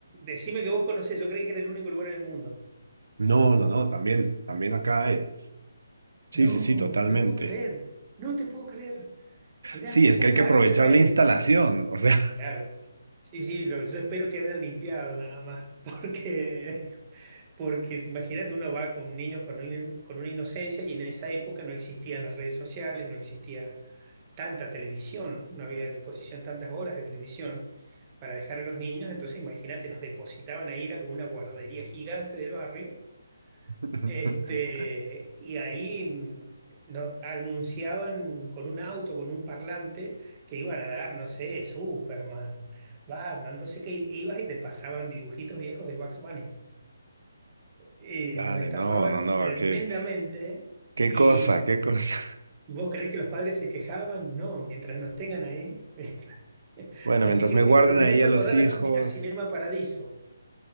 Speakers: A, on the right; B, on the right.
A: Decime que vos conocés, yo creí que era el único lugar en el mundo.
B: No, no, no, también, también acá hay. Sí,
A: No,
B: sí, sí, totalmente.
A: te puedo creer. No te puedo creer. Mirá,
B: Sí,
A: vos
B: es
A: sabés
B: que hay
A: que
B: que
A: es
B: aprovechar
A: algo que me...
B: la instalación, o sea.
A: Claro. Sí, sí, lo- yo espero que hayan limpiado nada más. <laughs> Porque, porque imagínate, uno va con niños con, un- con una inocencia y en esa época no existían las redes sociales, no existía tanta televisión, no había a disposición tantas horas de televisión para dejar a los niños. Entonces, imagínate, nos depositaban ahí, era como una guardería gigante del barrio
B: <laughs>
A: Este, y ahí mm, no, anunciaban con un auto, con un parlante, que iban a dar, no sé, Superman, Batman, no sé qué, y ibas y te pasaban dibujitos viejos de Bugs Bunny. Y
B: Dale,
A: nos estafaban
B: no, no, no,
A: tremendamente
B: qué, qué
A: y
B: cosa, qué cosa.
A: ¿vos creés que los padres se quejaban? No, mientras nos tengan ahí. <laughs>
B: Bueno,
A: Así
B: mientras
A: que
B: me
A: te
B: guarden
A: juro, me
B: ahí
A: has hecho
B: a los
A: acordar
B: hijos,
A: a, Cine- a Cinema Paradiso,